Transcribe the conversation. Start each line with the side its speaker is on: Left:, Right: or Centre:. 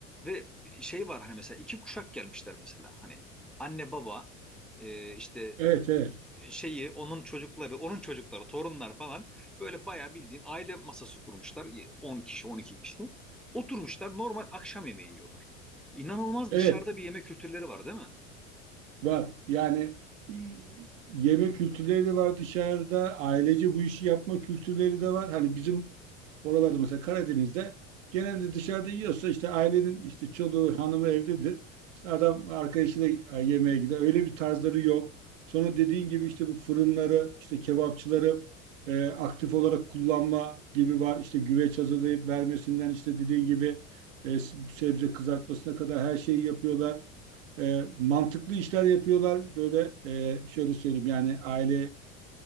Centre: ve şey var hani mesela iki kuşak gelmişler mesela hani anne baba e, işte
Right: Evet evet.
Centre: şeyi, onun çocukları, onun çocukları, torunlar falan böyle bayağı bildiğin aile masası kurmuşlar. 10 kişi, 12 kişi. Oturmuşlar normal akşam yemeği yiyorlar. İnanılmaz
Right: Evet
Centre: dışarıda bir yeme kültürleri var değil mi?
Right: Var. Yani e, yeme kültürleri de var dışarıda. Ailece bu işi yapma kültürleri de var. Hani bizim oralarda mesela Karadeniz'de genelde dışarıda yiyorsa işte ailenin işte çoluğu, hanımı evdedir. İşte adam arkadaşıyla e, yemeğe gider. Öyle bir tarzları yok. Sonra dediğin gibi işte bu fırınları, işte kebapçıları e, aktif olarak kullanma gibi var. İşte güveç hazırlayıp vermesinden işte dediğin gibi e, sebze kızartmasına kadar her şeyi yapıyorlar e, mantıklı işler yapıyorlar. Böyle e, şöyle söyleyeyim yani ailedeki